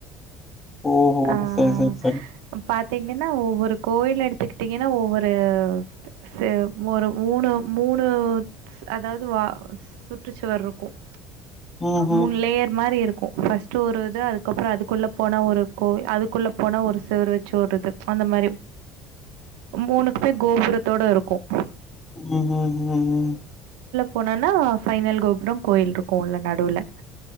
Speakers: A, on the left; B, on the right.
A: ஓஹோ
B: ஹ
A: சரி சரி சரி
B: பாத் ப்த்தீங்கன்னா ஒவ்வொரு கோயில எடுத்துக்கிட்டீங்கன்னா ஒவ்வொரு ச ஒரு மூணு மூணு அதாவது வா சுற்றுச்சுவர் இருக்கும்
A: ம்ஹூம்
B: மூணு லேயர் மாரி இருக் இருக்கும் ஃபஸ்ட்ட் ஒரு இது அதுக்கப்புறம் அதுக்குள்ளே போன ஒரு கோ அதுக்குள்ள போனா ஒரு செவறு வச்சி ஒரு இது அந்த மாதிரி மூணுக்குமே கோபுரத்தோடு இருக்கும்
A: உம் உம் உம் உம்
B: போனனா பைனல் கோபுரம் கோயில் இருக்கும் உள்ள நடுவுல